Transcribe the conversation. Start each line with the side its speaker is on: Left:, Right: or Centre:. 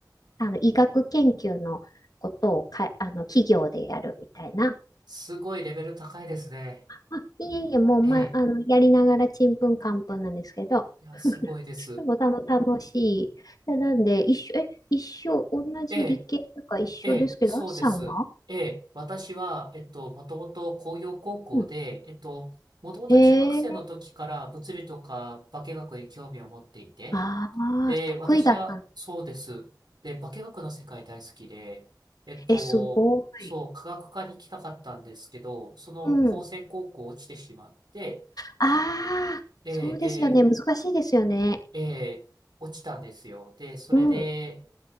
Left: あの医学研究のことをか、あの、企業でやるみたいな。
Right: すごいレベル高いですね。
Left: あ、いえいえ、もう、ま、
Right: ええ。
Left: あの、やりながらちんぷんかんぷんなんですけど、
Right: いや、
Left: <laughs>
Right: すごいです。
Left: でもたの楽しい。でなんで、一緒、え、一緒、同じ理系とか一緒ですけど、
Right: ええ、ええ、そうです。
Left: あきさんは
Right: ええ、私は、えっと、もともと工業高校で、
Left: うん。
Right: えっと、もともと中学生の時から物理とか化学に興味を持っていて、
Left: へえ、ああ、
Right: で、
Left: 得意だったの。
Right: 私は、そうです。で、化学の世界大好きで、えっと、
Left: え、すごい。
Right: そう、科学科に行きたかったんですけど、その、
Left: うん。
Right: 高専高校落ちてしまって、
Left: ああ、
Right: ええ、
Left: そうですよね。
Right: で、
Left: 難しいですよね。
Right: ええ、落ちたんですよ。で、それで、
Left: うん。う